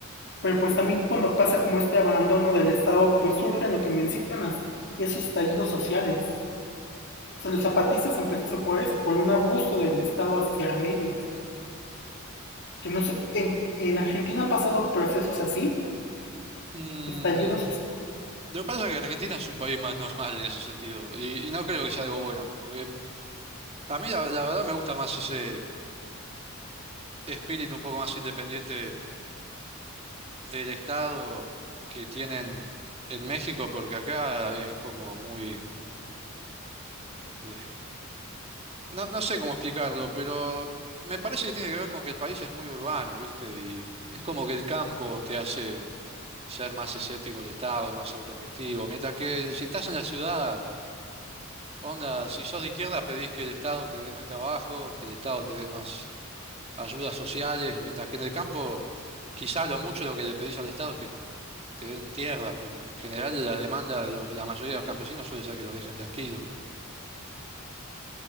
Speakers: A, on the left; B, on the right.
A: pero pues también cuando pasa como este abandono del Estado, pues surgen lo que mencionas, esos estallidos sociales. O sea, los zapatistas empezó por eso, por un abuso del Estado hacia ellos. Que no sé, en, en Argentina han pasado procesos así,
B: Mm,
A: estallidos sociales.
B: lo que pasa es que Argentina es un país más normal en ese sentido, y, y no creo que sea algo bueno, porque a mí la, la verdad me gusta más ese espíritu un poco más independiente del Estado que tienen en México, porque acá es como muy... eh, No, no sé cómo explicarlo, pero me parece que tiene que ver con que el país es muy urbano, ¿viste? Y es como que el campo te hace ser más escéptico del Estado, más autogestivo. Mientras que si estás en la ciudad, onda, si sos de izquierda pedís que el Estado te dé más trabajo, que el Estado te dé más ayudas sociales, mientras que en el campo quizá lo mucho lo que le pedís al Estado es que te den tierras, pero en general la demanda de los- la mayoría de los campesinos suele ser que los dejen tranquilos.